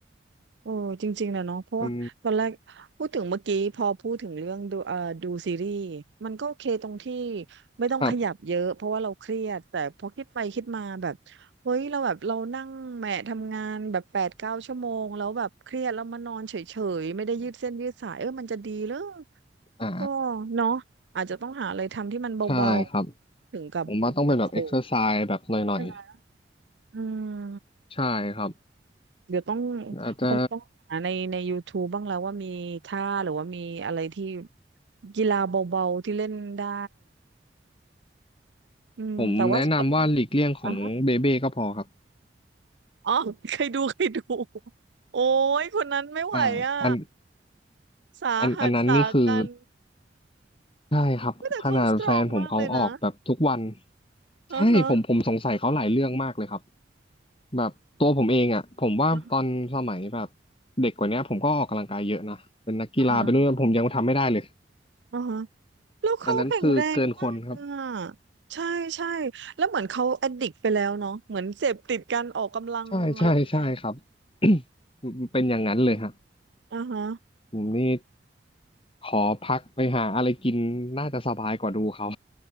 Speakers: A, on the right; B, on the left.
A: โอ้จริงๆนะเนาะเพราะว่าตอนแรกพูดถึงเมื่อกี้พอพูดถึงเรื่องดูเอ่อดูซีรีส์มันก็โอเคตรงที่
B: มัน
A: ไม่ต้องขยับเยอะเพราะว่าเราเครียดแต่พอคิดไปคิดมาแบบเฮ้ยเราแบบเรานั่งแหมะทำงานแบบแปดเก้าชั่วโมงแล้วแบบเครียดแล้วมานอนเฉยๆไม่ได้ยืดเส้นยืดสายเออมันจะดีเหรอ
B: ครับ <coughs> อ่า
A: ก็เนาะอาจจะต้องหาอะไรทำที่มันเบาๆถึงกับหักโหม
B: ใช่ครับผมว่าต้องเป็นแบบเอ็กซ์เซอร์ไซส์แบบหน่อยๆ
A: ใช่ไหมอืม
B: ใช่ครับ
A: เดี๋ยวต้อง
B: อาจจะ
A: คงต้องหาในใน YouTube บ้างแล้วว่ามีท่าหรือว่ามีอะไรที่กีฬาเบาๆที่เล่นได้อืมแต่ว่า
B: ผมแนะนำว่าหลีกเลี่ยงของเบเบ้ก็พอครับ
A: อ๋ออ๋อเคยดูเคยดูโอ้ยคนนั้นไม่ไหวอ่ะ
B: อ่าอัน
A: สาหัสสากัน
B: อันอันนั้นนี่คือใช่ครับขนาดแฟนผมเขาออกแบบทุกวัน
A: เฮ้ยแต่เขาสตรองมากเลยนะอ่าฮะ
B: ใช่ผมผมสงสัยเขาหลายเรื่องมากเลยครับแบบตัวผมเองอ่ะผมว่าตอนสมัยแบบ
A: อ่าฮะ
B: เด็กกว่าเนี้ยผมก็ออกกำลังกายเยอะนะเป็นนักกีฬาเป็นนู่นผมยังทำไม่ได้เลย
A: อ่าฮะแล้วเขาแข็งแรงมากอ่ะ
B: อันนั้นคือเกินคนครับ
A: ใช่ใช่แล้วเหมือนเขาแอดดิกไปแล้วเนาะเหมือนเสพติดการออกกำลังอะไรอย่างเงี้ย
B: ใช่ใช่ใช่ครับ <coughs> เป็นอย่างนั้นเลยฮะ
A: อ่าฮะ
B: ผมนี่ขอพักไปหาอะไรกินน่าจะสบายกว่าดูเขา